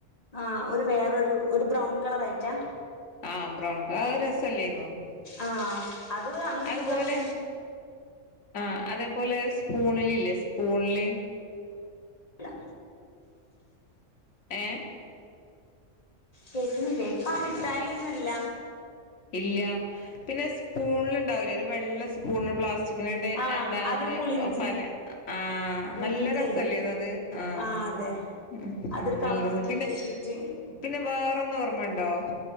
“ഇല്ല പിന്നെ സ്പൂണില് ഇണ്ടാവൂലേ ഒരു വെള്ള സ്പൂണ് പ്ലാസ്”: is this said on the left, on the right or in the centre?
Left